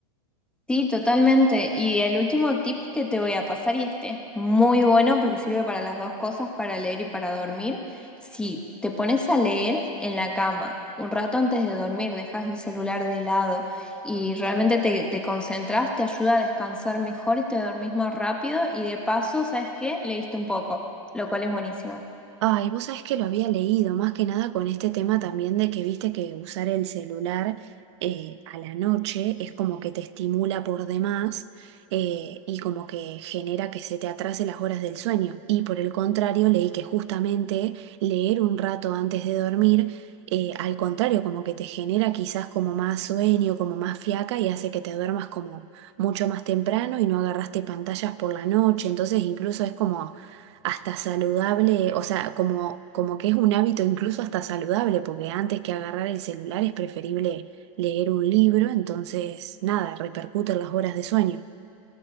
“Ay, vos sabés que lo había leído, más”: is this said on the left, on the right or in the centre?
Right